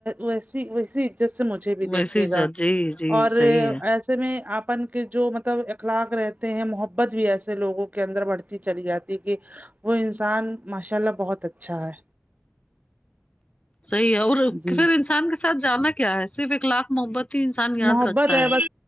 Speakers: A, on the right; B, on the left.
A: ویسی ویسی جس سے مجھے بھی دیکھے
B: ویسے
A: گا
B: جی جی
A: اور
B: صحیح
A: ای
B: ہے
A: اس میں آپن کے جو مطلب اخلاق رہتے ہیں محبت جو ایسے لوگوں کے اندر بڑھتی چلی جاتی کہ وہ انسان ماشاء اللہ بہت اچھا ہے
B: صحیح ہے اور
A: جی
B: پھر انسان کے ساتھ جانا کیا ہے صرف اخلاق محبت ہی انسان یاد
A: محبت
B: رکھتا
A: ہے بس